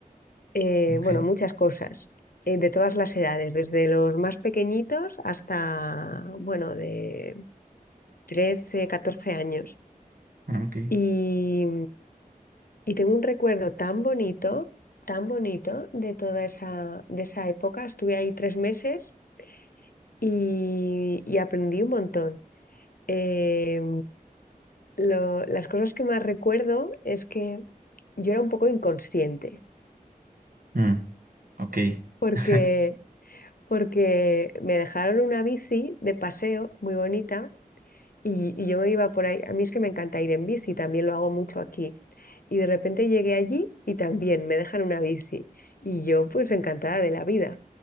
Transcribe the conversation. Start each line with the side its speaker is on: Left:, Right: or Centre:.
Left: eh,
Right: ok,
Left: bueno, muchas cosas, eh, de todas las edades, desde los más pequeñitos hasta, bueno, de 13 14 años.
Right: ok.
Left: Y, y tengo un recuerdo tan bonito, tan bonito de toda esa, de esa época. Estuve ahí tres meses y, y aprendí un montón. Eh, lo- las cosas que más recuerdo es que yo era un poco inconsciente,
Right: Mm, ok.
Left: porque
Right: <laughs>
Left: porque me dejaron una bici de paseo muy bonita y, y yo me iba por ahí. A mí es que me encanta ir en bici, también lo hago mucho aquí. Y de repente llegué allí y también me dejan una bici. Y yo pues encantada de la vida.